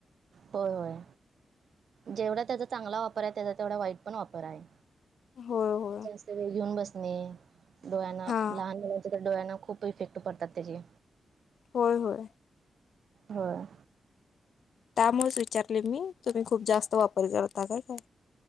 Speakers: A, on the right; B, on the left.
A: हो होय जेवढा त्याचा चांगला वापर आहे त्याचा तेवढा वाईट पण वापर आहे.
B: होय होय
A: जास्त वेळ घेऊन बसणे डोळ्यांना
B: हा
A: लहान मुलाचे तर डोळ्यांना खूप. तो इफेक्ट पडतात त्याचे.
B: होय होय
A: होय.
B: त्यामुळेच विचारले मी तुम्ही खूप जास्त वापर करता का काय.